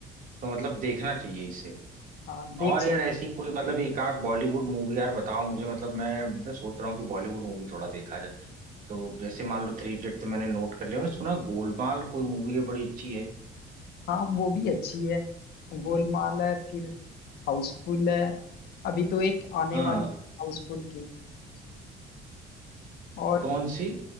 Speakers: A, on the right; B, on the left.
A: तो मतलब देखना चाहिए इसे
B: हाँ देख
A: और
B: सकते
A: यार ऐसी कोई मतलब एक आध बॉलीवुड मूवी यार बताओ मुझे मतलब मैं ना सोच रहा हूँ कि बॉलीवुड मूवी थोड़ा देखा जाए तो जैसे मान लो थ्री इडियट तो मैंने नोट कर लिया मैं सुना गोलमाल कोई मूवी है बड़ी अच्छी है
B: हाँ वो भी अच्छी है गोलमाल है फिर हाउसफुल है अभी तो एक आने
A: हाँ
B: वाली हाउसफुल की और
A: कौन सी